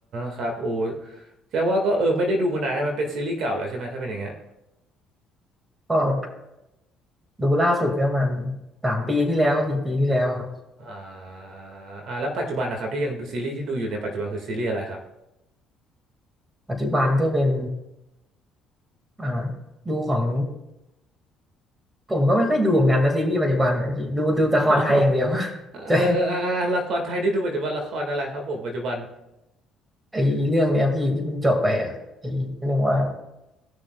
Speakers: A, on the right (about 65°); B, on the right (about 20°).
A: ครับอูแสดงว่าก็เออไม่ได้ดูมานานใช่ไหมมันเป็นซีรีส์เก่าแล้วใช่ไหมถ้าเป็นอย่างเงี้ย
B: ก็ดูล่าสุดประมันสามปีที่แล้วสี่ปีที่แล้วครับ
A: อ่าอ่าแล้วปัจจุบันนะครับที่ยังดูซีรีส์ที่ดูอยู่ในปัจจุบันคือซีรีส์อะไรครับ
B: ปัจจุบันก็เป็นอ่าดูของผมก็ไม่ค่อยดูเหมือนกันนะซีรีส์ปัจจุบันอะพี่ดูดูละครไทยอย่างเดียว
A: <laughs>
B: <laughs>
A: เอออ่าละครไทยที่ดูปัจจุบันละครอะไรครับผมปัจจุบัน
B: ใช่ไอเรื่องเนี้ยพี่ที่เพิ่งจบไปอะไอเรื่องว่า